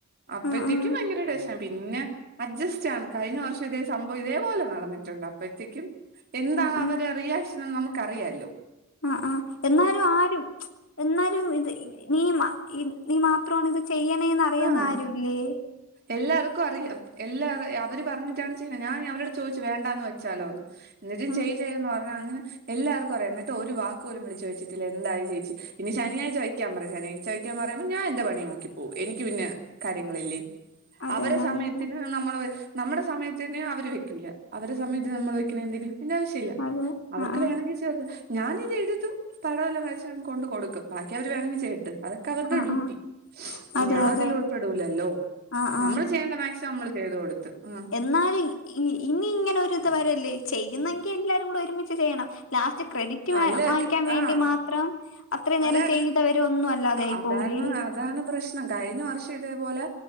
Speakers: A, on the right; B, on the left.
A: അപ്പഴത്തേക്കും
B: ആഹ് ആഹ്
A: പയങ്കര ഡെസ്‌ ഞാൻ പിന്നെ അഡ്ജസ്റ്റ് ആണ് കയിഞ്ഞ വർഷോം ഇതേ സംഭവം ഇതേപോലെ നടന്നിട്ട് ഒണ്ട് അപ്പയ്ത്തേക്കും എന്താണ്
B: ആഹ് ആഹ്
A: അവരെ റിയാക്ഷൻ എന്ന് നമ്മക്ക് അറിയാലോ
B: ആഹ് ആഹ് എന്നാലും ആരും എന്നാലും ഇത് നീമ ഇ നീ മാത്രണ് ഇത് ചെയ്യണേന്ന് അറിയാന്ന
A: ആഹ്
B: ആരും ഇല്ലേ
A: എല്ലാർക്കും അറിയാം എല്ലാവര് അവര് പറഞ്ഞിട്ടാണ് ചെയ്യ്ന്നെ ഞാൻ അവരോട് ചോയിച്ചു വേണ്ടാന്ന് വെച്ചാലോന്ന് എന്നിട്ടും
B: ഉം
A: ചെയ് ചെയ്യന്ന് പറഞ്ഞ് അങ്ങനെ എല്ലാർക്കും അറിയാം എന്നിട്ട് ഒര് വാക്ക് പോലും വിള് ചോയിട്ടില്ല എന്തായി ചോച്ചി ഇനി ശനിയാഴ്ച വെയ്ക്കാൻ പറയും ശനി ച്ച വെയ്ക്കാൻ പറയ്മ്പോ ഞാൻ എന്റെ പണി നോക്കിപ്പോകും എനിക്ക് പിന്നെ കാര്യങ്ങള് ഇല്ല്യേ
B: അതന്നെ
A: അവരെ സമയത്തിന്
B: അതന്നെ
A: നമ്മള് വെച് നമ്മടെ സമയത്തിന് അവര് വെക്കൂല്ല അവരെ സമയത്ത് നമ്മള് വെക്ക്യണെ എന്തിന് അയിൻ്റെ ആവിശ ഇല്ല
B: അതെ
A: അവർക്ക്
B: ആ ആ
A: വേണെങ്കി സ് ഞാന് ഇത് എഴുതും പടം എല്ലാം വരച്ച് അങ്ങ് കൊണ്ട് കൊടുക്കും, ബാക്കി അവര് വേണാങ്കി ചെയ്യട്ട് അത ക്കേ അവർടെ
B: ആ
A: ഡ്യൂട്ടി
B: ആ അതെ
A: ഞാൻ
B: അതെ
A: അതില് ഉൾപ്പെടൂല്ലല്ലോ?
B: ആ ആ
A: നമ്മള് ചെയ്യേണ്ടാ മാക്സിമം നമ്മള് ചെയ്ത് കൊടുത്ത് ആഹ്
B: ന്നാലും ഇ ഇനി ഇങ്ങനെ ഒര് ഇത് വെരല്ല് ചെയ്യുന്നങ്കി എല്ലാരുടെ ഒരുമിച്ച് ചെയ്യണം ലാസ്റ്റ് ക്രെഡിറ്റ് വാ
A: അല്ല
B: വാങ്ങിക്കാൻ വേണ്ടി
A: ആഹ്
B: മാ ത്രം അത്ര നേരം
A: അതാണ്
B: ചെയ്തവര് ഒന്നും അല്ലാതൊ ആയി
A: അതാണ്
B: പോവുലെ
A: അതാണ് പ്രശ്നം കഴിഞ്ഞ വർഷം ഇതേ പൊലെ